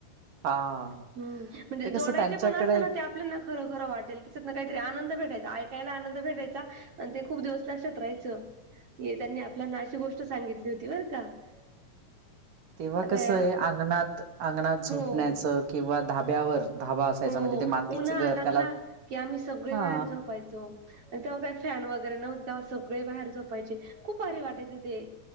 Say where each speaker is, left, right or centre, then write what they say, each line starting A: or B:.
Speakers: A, on the right (about 85°); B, on the right (about 45°).
A: हा
B: हम्म, म्हणजे
A: ते कसं
B: जोडायचे
A: त्यांच्याकडे
B: पण असत ना त्यात आपल्याला खरं खरं वाटेल, त्याच्यातन काहीतरी आनंद भेटायचा. ऐकायला आनंद भेटायचा. आणि ते खूप दिवस लक्षात राहायचं, कि त्यांनी आपल्यांना अशी गोष्ट सांगितली होती. व का <unintelligible>
A: तेव्हा
B: आता
A: कसय
B: या
A: अंगणात- अंगणात झोपण्याचं
B: हो
A: किंवा धाब्यावर धाबा असायचा
B: हो
A: म्हणजे ते मातीचं
B: उन्हाळा
A: घर
B: लागला
A: त्याला
B: की आम्ही सगळे
A: हा
B: बाहेर झोपायचो. आणि तेव्हा काय फॅन वगैरे नव्हते, तेव्हा सगळे बाहेर झोपायचे. खूप भारी वाटायचें ते